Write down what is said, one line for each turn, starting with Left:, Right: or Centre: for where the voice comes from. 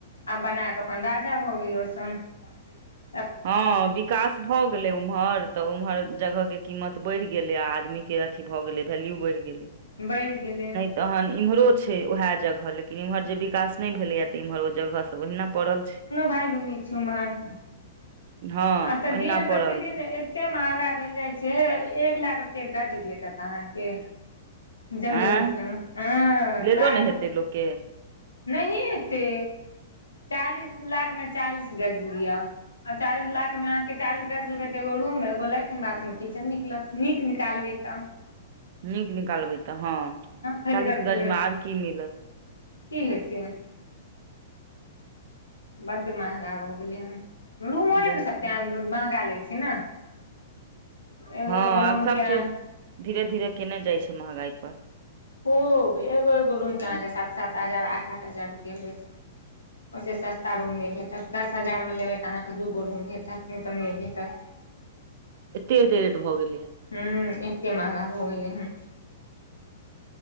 Left: आ बना कऽ अपन राजा भऽ गेल ओ सभ
Right: हँ विकास भऽ गेलै उम्हर तऽ उम्हर जगह के कीमत बढ़ गेले आ आदमी के अथी भए गेले वैल्यू बढ़ गेले
Left: बैढ़ि गेलै
Right: तहन इम्हरो छै वएह जगह लेकिन इम्हर जे विकास नहि भेलेएा तऽ इम्हर ओ जगह सब ओहिना पड़ल छै
Left: भायलु नै छै ओम्हर
Right: हँ
Left: आ तऽ
Right: ओहिना
Left: दिन
Right: पड़ल
Left: प्रतिदिन
Right: छै।
Left: एते महगा भेल जाइ छै एक लाख रुपे गज भेटत अहाँके जमीनसँ
Right: आँय
Left: हँ
Right: लेलो
Left: लाख
Right: ने हेतै लोकके
Left: नहि एते चालीस लाख मे चालीस गज लिया आ चालिस लाख मे अहाँके चालिस गज लेबै त एो रूम एो लेट्रिन बाथरूम किचन निकलत नीक निकालबै तऽ
Right: नीक निकालबै तऽ हँ
Left: फैलगर
Right: चालीसगजमे
Left: फैलगर
Right: आर की मिलत
Left: की हेतै बड्ड महगा भऽ गेलै हन रूमो
Right: बहुत
Left: नहि ने स महगा लै छै ने एगो
Right: हँ
Left: एगो
Right: आब
Left: रूमके
Right: सब चीज धीरे धीरे कएने जाइ छै महगाइ पर
Left: खूब एगो एगो रूमके अहाँके सात सात हजार आठ आठ हजार रुपया लेत
Right: <unintelligible>
Left: ओहिसँ सस्ता रूम नहि भेटत दस हजारमे लेबै तऽ अहाँकेँ दूगो रूम भेटत नहि तऽ नहि भेटत
Right: एते एते रेट भऽ गेल
Left: हुँ एते महंगा भ गेले हन